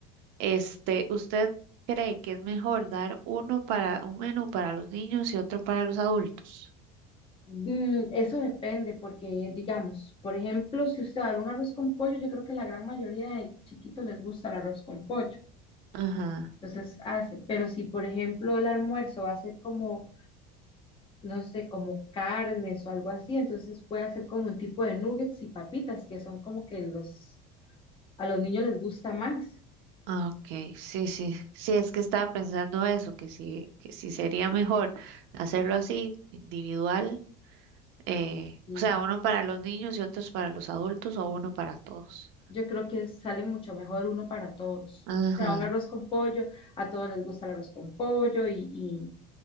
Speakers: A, on the right; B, on the left.
A: este, ¿usted cree que es mejor dar uno para, un menú para los niños y otro para los adultos?
B: Mm, Eso depende, porque digamos, por ejemplo, si usted da un arroz con pollo, yo creo que la gran mayoría de chiquitos les gusta el arroz con pollo,
A: Ajá,
B: entonces hace, pero si por ejemplo el almuerzo va a ser como no sé, como carnes o algo así. Entonces puede hacer como un tipo de nuggets y papitas, que son como que los, a los niños les gusta más.
A: ah, ok, sí, sí, sí, es que estaba pensando eso, que sí, que sí sería mejor hacerlo así, individual, eh,
B: Y
A: o sea, uno para los niños y otros para los adultos o uno para todos.
B: yo creo que sale mucho mejor uno para todos.
A: Ajá,
B: O sea, un arroz con pollo, a todos les gusta el arroz con pollo y, y,